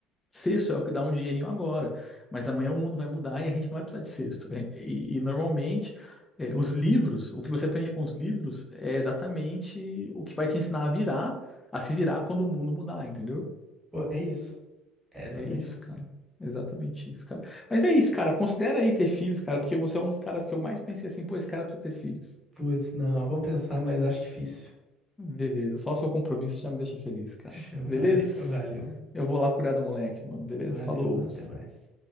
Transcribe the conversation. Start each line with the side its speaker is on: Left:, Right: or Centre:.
Left: Sexto é o que dá um dinheirinho agora, mas amanhã o mundo vai mudar e a gente não vai precisar de sexto. E, e- e, normalmente, é, os livros, o que você aprende com os livros é exatamente o que vai te ensinar a virar, a se virar quando o mundo mudar, entendeu?
Centre: Pô, é isso. É exatamente
Left: É isso,
Centre: isso.
Left: cara. É Exatamente isso, cara. Mas é isso, cara. Considera aí ter filhos, cara, porque você é um dos caras que eu mais pensei assim, pô, esse cara precisa ter filhos.
Centre: Putz, não, vamos pensar, mas acho difícil.
Left: Beleza, só o seu compromisso já me deixa feliz, cara.
Centre: Show,
Left: Beleza?
Centre: valeu, <laughs> valeu,
Left: Eu vou lá cuidar do moleque, mano. Beleza?
Centre: valeu,
Left: Falou.
Centre: mano. Até mais.